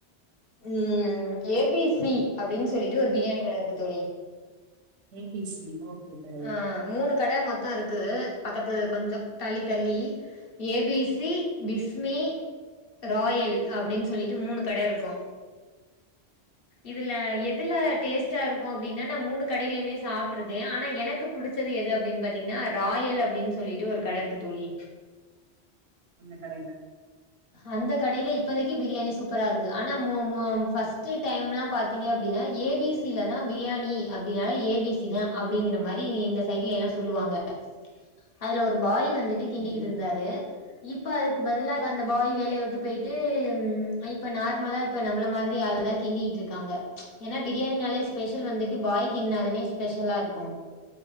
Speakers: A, on the left (about 60°); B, on the right (about 85°).
A: உஹம் ஏ பி சி அப்டின்னு சொல்லிட்டு ஒரு பிரியாணி கடை இருக்கு தோழி
B: ஏ பி சி ஓகே தோழி
A: ஆஹ் மூணு கட மொத் டாருக்குது பக்கத்துல கொஞ்சோ தள்ளி தள்ளி A B C Bismi Royal அப்டின்னு சொல்லிட்டு மூணு கட இருக்கு இதுல எதுல டேஸ்டாருக்கு அப்டின்னா நா மூணு கடையிலுமே சாப்ட்டுருக்கே ஆனா எனக்கு பிடிச்சது எது அப்டின்னு பாத்தீங்ன்னா ராயல் அப்டின்னு சொல்லிட்டு ஒரு கடருக்கு தோழி
B: அந்த கடையில
A: அந்த கடையில இப்பதைக்கி பிரியாணி சூப்பராருக்கு ஆனா மு மு ஃபர்ஸ்ட் டைமெல்லா பாத்தீங்க அப்டின்னா A B C Latha biryani அப்டின்னால ஏபிசி தா அப்டிங்கிற மாரி இந்த சைட்லல்லா சொல்லுவாங்க அதுல ஒரு பாய் வந்து வந்துட்டு கிண்டிக்கிட்டு
B: ம்
A: இருந்தாரு இப்போ அதுக்கு பதிலா இப்ப அந்த பாய் வேலைய உட்டு போயிட்டு ம் இப்ப நார்மலா இப்ப நம்மள மாதிரி ஆள் தா கிண்டிக்கிட்டு இருக்காங்க ஏன்னா பிரியாணினாலே ஸ்பெஷல் வந்துட்டு பாய் கிண்ணாலுமே ஸ்பெஷலாருக்கும்